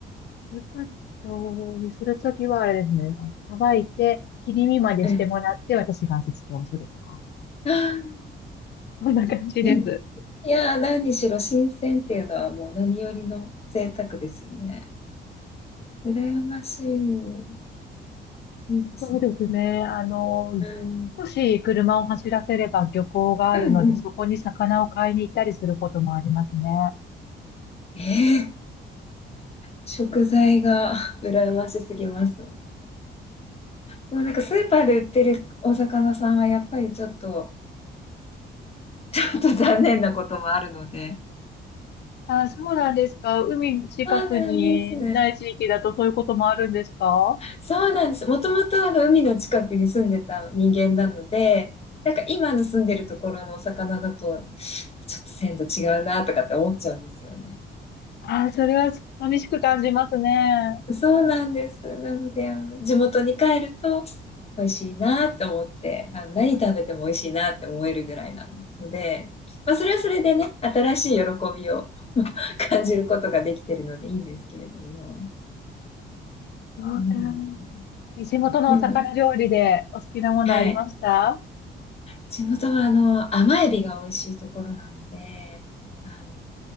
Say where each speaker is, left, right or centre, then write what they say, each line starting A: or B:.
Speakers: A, on the left (about 60°); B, on the left (about 30°).
A: カルパッチョにするときは、あれですね、あのさばいて、切り身までしてもらって、
B: はいうん
A: 私が味付けをするとか。
B: あ
A: そんな感じです。
B: ーいや、いやー、何にしろ新鮮っていうのはもう何よりの贅沢ですよね。羨ましい。いいですね。
A: そうですね。あの、
B: うん。
A: 少し車を走らせれば漁港があるので、
B: うんうん。
A: そこに魚を買いに行ったりすることもありますね。
B: ええ食材が <laughs> 羨ましすぎます。もうなんかスーパーで売ってるお魚さんはやっぱりちょっと、<laughs> ちょっと残念なこともあるので。
A: あ、そうなんですか。海近くにない地域だとそういうこともあるんですか
B: そうなんです。そうなんです。もともとあの海の近くに住んでた人間なので、なんか今の住んでるところのお魚だと、ちょっと鮮度違うなとかって思っちゃうんですよね。
A: あ、それは寂しく感じますね。
B: そうなんです。なので、あの、地元に帰ると美味しいなって思って、あの、何食べても美味しいなって思えるぐらいなので、まあ、それはそれでね、新しい喜びを <laughs> 感じることができてるのでいいんですけれども。
A: そうか。
B: うん、
A: 地元のお魚料理でお好きなものありました
B: でも、はい。地元は、あの、甘エビが美味しいところなので、あ